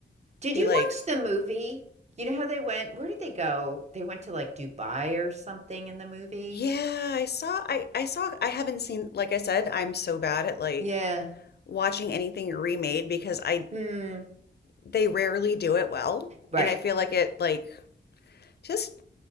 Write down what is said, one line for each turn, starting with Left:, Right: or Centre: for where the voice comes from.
Right: Did
Left: be
Right: you
Left: like
Right: watch the movie? You know how they went where did they go? They went to, like, Dubai or something in the movie?
Left: yeah I saw I I saw I haven't seen like I said I'm so bad at like
Right: Yeah,
Left: watching anything remade because I
Right: Hmm.
Left: they rarely do it well
Right: right.
Left: and I feel like it like just